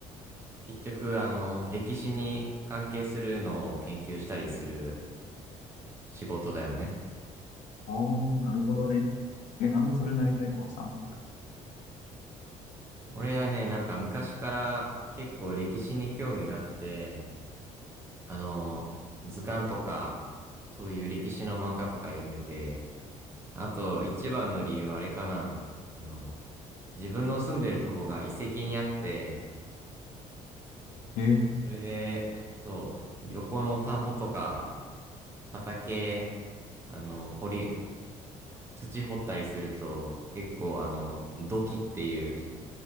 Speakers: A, on the right (about 20°); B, on the left (about 70°).
A: 結局、あの、歴史に関係するのを研究したりする仕事だよね。
B: ああー、なるほどね。え、なんでそれなりたいと思ってたの
A: 俺はね、なんか昔から結構歴史に興味があって、あの、図鑑とか、そういう歴史の漫画とか読んでて、あと一番の理由はあれかな。あの、自分の住んでるとこが遺跡にあって、
B: え、
A: それで、そう、横の田んぼとか、畑、あの、掘り、土掘ったりすると、結構あの、土器っていう、い